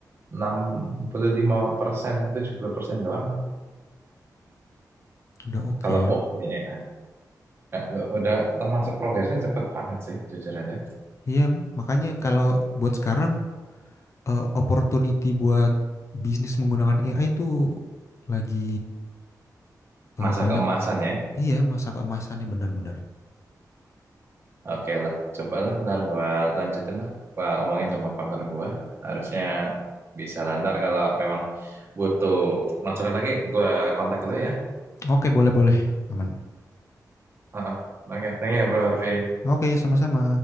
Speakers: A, on the right; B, on the left.
A: enam puluh lima persen 70% doang.
B: udah oke
A: Kalau
B: ya.
A: oh ini AI. Eh, lo- udah termasuk progresnya cepet banget sih jujur aja.
B: Iya, makanya kalau buat sekarang eh, opportunity buat bisnis menggunakan AI itu lagi eh,
A: masa
B: banyak.
A: keemasan ya.
B: Iya, masa keemasannya benar-benar.
A: Oke lah, cobalah ntar gue lanjutin lah. Gua omongin sama partner gue. Harusnya bisa lah ntar kalau memang butuh masukan lagi, gue kontak dulu ya.
B: Oke, boleh-boleh. Aman.
A: Heeh. Oke, thank you ya bro Harvey.
B: Oke, sama-sama.